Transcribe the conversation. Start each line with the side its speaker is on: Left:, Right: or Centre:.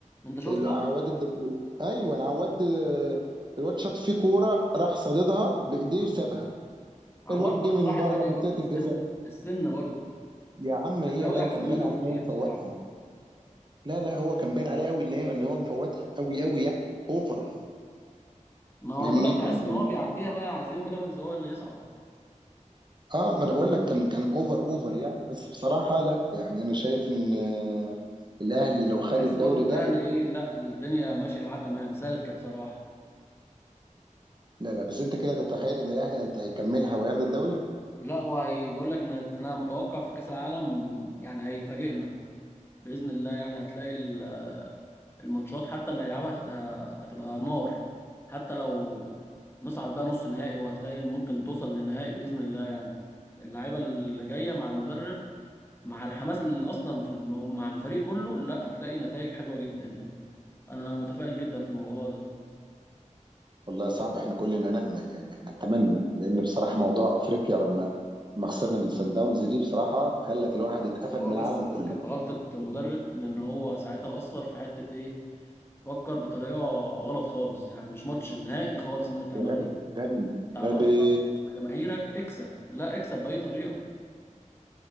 Left: انت شفته
Right: ال- عواد الدبري ايوه عواد آه، الواد شاط فيه كوره راح صاددها بايديه وسابها
Left: عواد
Right: الواد جه
Left: برضه
Right: من
Left: راحت
Right: بره
Left: عليه
Right: منطقه
Left: برضه السن
Right: الجزاء
Left: السن برضه
Right: يا عم هي
Left: الناوي
Right: باينه
Left: احسن
Right: كان
Left: منه
Right: باين عليه
Left: بكتير
Right: ان هو مفوتها
Left: بصراحه
Right: لا لا هو كان باين عليه قوي ان هي ان هو مفوتها قوي قوي يعني اوفر
Left: ما هو
Right: فاهمني
Left: بقول لك تحس
Right: كان كان
Left: ان هو بيعديها بقى عايزين بيراميدز هو اللي يصعد
Right: اه ما انا بقول لك كان كان اوفر اوفر يعني بس بصراحه لا يعني انا شايف ان آه، الاهلي لو خد
Left: تحس
Right: الدوري
Left: برضو الاهلي
Right: ده
Left: ايه لا الدنيا ماشيه معاه تمام سالكه بصراحه
Right: لا لا بس انت كده تتخيل ان الاهلي هت- هيكملها وياخد الدوري
Left: لا وهي بقول لك إن انا متوقع في كاس العالم يعني هيفاجئنا باذن الله يعني هتلاقي ال- الماتشات حتى اللي هيلعبها هتبقى هتبقى نار حتى لو نصعد بقى نص نهائي وهتلاقي ممكن توصل للنهائي باذن الله يعني اللعيبه اللي جايه مع المدرب مع الحماس اللي اصلا في المو... مع الفريق كله لا هتلاقي نتائج حلوه جدا يعني انا متفائل جدا في الموضوع ده
Right: والله صعب احنا كلنا نأمل يعني نتمنى لأن بصراحة موضوع أفريقيا لما ما خسرنا من سان داونز دي بصراحة خلت الواحد يتقفل
Left: هو
Right: من العالم
Left: بس كانت
Right: كله
Left: غلطة مدرب لان هو ساعتها اثر في حتة ايه فكر بطريقة غلط خالص يعني مش ماتش نهائي خالص اللي انت بتعمله
Right: ده غبي
Left: ده
Right: غبي
Left: انت على
Right: غبي
Left: ارضك وسط جماهيرك اكسب لا اكسب بأي طريقة